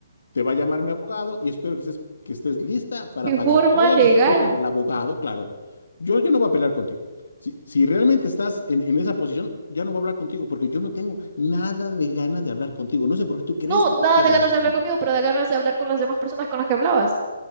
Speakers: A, on the left (about 70°); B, on the right (about 30°).
A: Te va a llamar mi abogado y espero que estés, que estés lista para
B: De
A: pagar
B: forma
A: todas
B: legal.
A: las cosas del abogado, claro. Yo, yo no voy a pelear contigo. Si, si realmente estás en, en esa posición, ya no voy a hablar contigo porque yo no tengo nada de ganas de hablar contigo. No sé por qué tú crees
B: No,
A: que yo
B: nada
A: quiero
B: de ganas
A: hablar
B: de
A: contigo.
B: hablar conmigo, pero de ganas de hablar con las demás personas con las que hablabas.